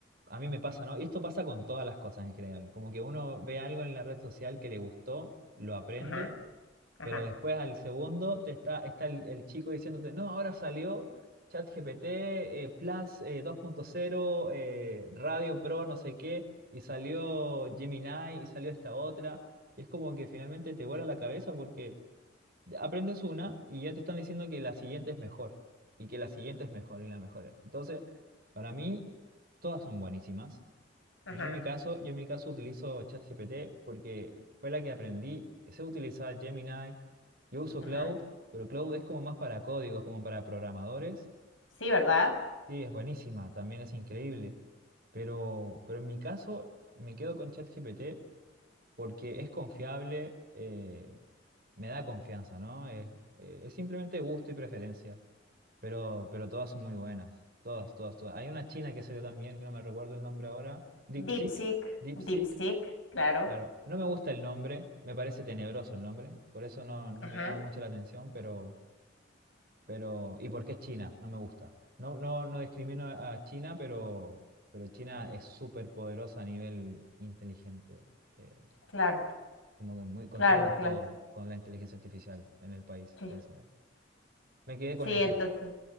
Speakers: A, on the right (about 50°); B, on the left (about 80°).
A: a mí me pasa, ¿no? Y esto pasa con todas las cosas en general. Como que uno ve algo en la red social que le gustó, lo aprende
B: ajá, ajá,
A: Pero después al segundo te está, está el, el chico diciéndote, no, ahora salió ChatGPT eh, Plus eh, 2.0, eh, Radio Pro, no sé qué, y salió Gemini y salió esta otra. Y es como que finalmente te vuela la cabeza porque aprendes una y ya te están diciendo que la siguiente es mejor, y que la siguiente es mejor y la mejor es. Entonces, para mí, todas son buenísimas.
B: ajá,
A: Yo en mi caso, yo en mi caso utilizo ChatGPT porque fue la que aprendí. Sé utilizar Gemini. Yo uso
B: ajá.
A: Cloud, pero Cloud es como más para códigos, como para programadores.
B: Sí, ¿verdad?
A: Sí, es buenísima, también es increíble. Pero, pero en mi caso me quedo con ChatGPT porque es confiable, eh, me da confianza, ¿no? Es, eh, es simplemente gusto y preferencia. Pero, pero todas son muy buenas. Todas, todas, todas. Hay una china que salió también, que no me recuerdo el nombre ahora. DeepSeek.
B: DeepSeek,
A: DeepSeek
B: DeepSeek, claro.
A: Claro, no me gusta el nombre, me parece tenebroso el nombre, por eso no, no
B: Ajá.
A: me llama mucho la atención, pero, pero, ¿y por qué China? No me gusta. No, no, no discrimino a China, pero, pero China es súper poderosa a nivel inteligente, eh,
B: Claro,
A: como que muy controlan
B: claro, claro.
A: todo con la inteligencia artificial en el país.
B: cl-
A: Entonces, me quedé con
B: Sí,
A: esa.
B: entonces,